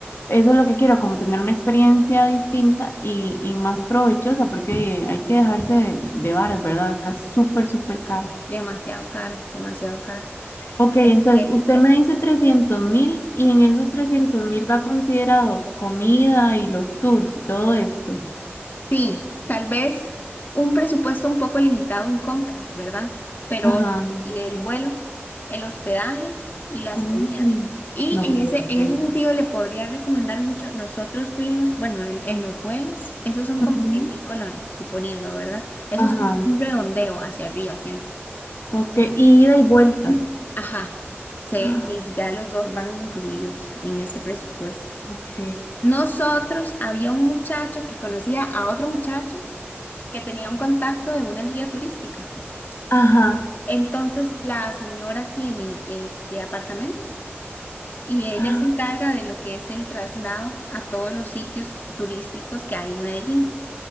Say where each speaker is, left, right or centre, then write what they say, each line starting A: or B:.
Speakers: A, on the left; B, on the left.
A: eso es lo que quiero, como tener una experiencia distinta y, y más provechosa, porque hay que dejarse de, de varas, ¿verdad? Acá es súper, súper caro.
B: Demasiado caro, demasiado caro.
A: Ok, entonces
B: Este,
A: usted me dice trescientos mil y en esos trescientos mil va considerado comida y los tours y todo esto.
B: sí, tal vez un presupuesto un poco limitado en compras, ¿verdad? Pero
A: Ajá.
B: el vuelo, el hospedaje y las
A: Ay,
B: comidas. Y
A: no
B: en
A: puede
B: ese,
A: ser.
B: en ese sentido le podría recomendar mucho, nosotros fuimos, bueno, en, en los vuelos, esos son
A: Ujú.
B: como cien mil colones, suponiendo, ¿verdad? Eso
A: Ajá,
B: es un redondeo hacia arriba siempre.
A: ok, y ida y vuelta.
B: <clears throat> Ajá, sí,
A: Ah,
B: sí, ya los dos van incluidos en ese presupuesto.
A: Ok,
B: Nosotros había un muchacho que conocía a otro muchacho que tenía un contacto de una guía turística.
A: ajá,
B: Entonces la señora tiene este apartamentos y ella
A: ah,
B: se encarga de lo que es el traslado a todos los sitios turísticos que hay en Medellín.